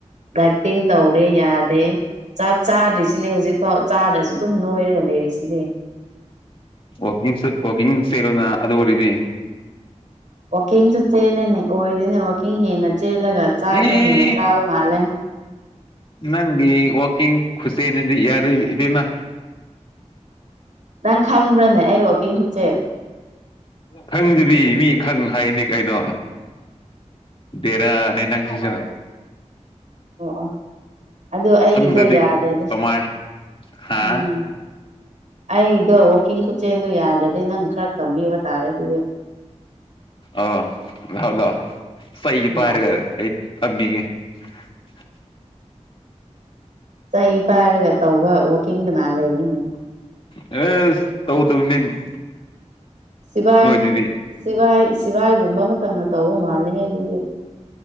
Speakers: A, on the right; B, on the left.
A: ꯑꯦꯇꯤꯡ ꯇꯧꯔꯤ ꯌꯥ ꯑ ꯆꯥꯛ ꯆꯥꯗ꯭ꯔꯤꯁꯤꯅꯦ ꯍꯧꯖꯤꯛꯐꯥꯎ ꯆꯥꯗ꯭ꯔꯁꯨ ꯑꯗꯨꯝ ꯅꯣꯏꯔꯒ ꯂꯩꯔꯤꯁꯤꯅꯦ
B: ꯋꯥꯀꯤ ꯋꯥꯀꯤꯡ ꯆꯔꯣꯅ ꯑꯗꯨ ꯑꯣꯏꯔꯗꯤ
A: ꯋꯥꯛꯀꯤꯡꯁꯨ ꯆꯦꯜꯂꯦꯅꯦ ꯑꯣꯏꯗꯣꯏꯅꯦ ꯋꯥꯛꯀꯤꯡ ꯍꯦꯟꯅ ꯆꯦꯜꯂꯒ ꯆꯥꯛꯗꯣ
B: ꯑꯦ
A: ꯍꯦꯟꯅ ꯆꯥꯕ ꯃꯥꯜꯂꯦ
B: ꯅꯪꯒꯤ ꯋꯥꯀꯤꯡ ꯈꯨꯁꯦꯅꯗꯤ ꯌꯥꯔ ꯏꯕꯦꯝꯃ
A: ꯅꯪ ꯈꯪꯕ꯭ꯔꯅꯦ ꯑꯩ ꯋꯥꯋꯥꯛꯀꯤꯡ ꯈꯨꯠꯆꯦ
B: ꯈꯪꯗꯨꯗꯤ ꯃꯤ ꯈꯪ ꯍꯥꯏꯅꯤ ꯀꯩꯅꯣ ꯗꯦꯔ ꯅ ꯅꯪꯁꯤꯁꯨ
A: ꯑꯣ ꯑ ꯑꯣ ꯑꯩꯒꯤꯗꯣ
B: ꯈꯪꯗ꯭ꯔꯗꯤ
A: ꯌꯥꯗꯗꯤ
B: ꯀꯃꯥꯏ ꯍꯥ
A: ꯎꯝ ꯑꯩꯗꯣ ꯋꯥꯛꯀꯤꯡ ꯈꯨꯠꯁꯦꯟꯗꯣ ꯌꯥꯗꯗꯤ ꯅꯪ ꯈꯔ ꯇꯝꯕꯤꯕ ꯇꯥꯔꯦ ꯑꯗꯨꯗꯤ
B: ꯑꯥ ꯂꯥꯛꯑꯣ ꯂꯥꯛꯑꯣ ꯐꯩꯒꯦ
A: ꯎꯝ
B: ꯄꯥꯏꯔꯒ ꯑꯩ ꯑꯝꯕꯤꯒꯦ <unintelligible>
A: ꯆꯩ ꯄꯥꯏꯔꯒ ꯇꯧꯕ ꯋꯥꯋꯥꯛꯀꯤꯡ ꯀꯅꯥ ꯂꯩꯔꯤꯅꯦ
B: ꯑꯦꯁ ꯇꯧꯗꯕꯅꯤ
A: ꯁꯤꯕꯥꯥꯏ
B: ꯅꯣꯏꯗꯨꯗꯤ
A: ꯁꯤꯕꯥꯥꯏ ꯁꯤꯚꯥꯏꯒꯨꯝꯕ ꯈꯛꯇꯪꯅ ꯇꯧꯕ ꯃꯥꯜꯂꯦ ꯑꯗꯨꯗꯤ